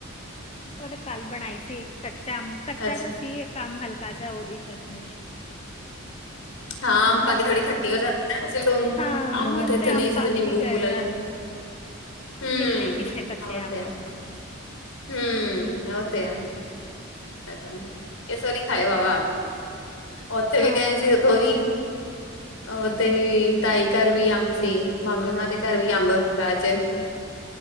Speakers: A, on the left; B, on the left.
A: ਉਹ ਤੇ ਕੱਲ ਬਣਾਈ ਸੀ, ਕੱਚਾ ਅੰਬ ਕੱਚਾ
B: ਅੱਛਾ
A: ਜਿਆ ਸ ਕੀ ਇਕ ਅੰਬ ਹਲਕਾ ਜਿਹਾ ਉਹਦੀ ਚੱਟਨੀ
B: ਹਾਂ ਅੰਬ ਪਾ
A: ਅਛ
B: ਕੇ ਥੋੜ੍ਹੀ ਖੱਟੀ ਹੋ ਜਾਂਦੀ ਨਾ ਵੈਸੇ ਲੂਣ, ਜਦੋਂ
A: ਹਾਂ
B: ਅੰਬ
A: ਹੁਣ
B: ਤੇ ਇੱਥੇ ਨੀ
A: ਅੰਬ
B: ਸੀ
A: ਪੱਕ
B: ਤੇ ਨਿੰਬੂ-ਨੂਬੂ
A: ਹੀ ਗਏ
B: ਲੈ ਲੈਂਦੇ
A: ਆ।
B: ਨਾ ਹੂੰ
A: ਮਿਲਣੇ ਕਿੱਥੇ ਕੱਚੇ
B: ਆ
A: ਅੰਬ
B: ਤੇ ਐ,
A: ਹੁਣ
B: ਹੂੰ ਉਹ ਤੇ ਐ। ਐ ਤਾ, ਇਸ ਵਾਰੀ ਖਾਏ ਵਾਵਾ, ਓਥੇ ਵੀ
A: ਹਾਂ।
B: ਗਏ ਸੀ ਓਥੋਂ ਵੀ ਉਹ ਤੇ ਵੀ ਤਾਈ ਘਰ ਵੀ ਅੰਬ ਸੀ, ਮਾਮੇ ਉਹਨਾਂ ਦੇ ਘਰ ਵੀ ਅੰਬ ਗਾਜਰ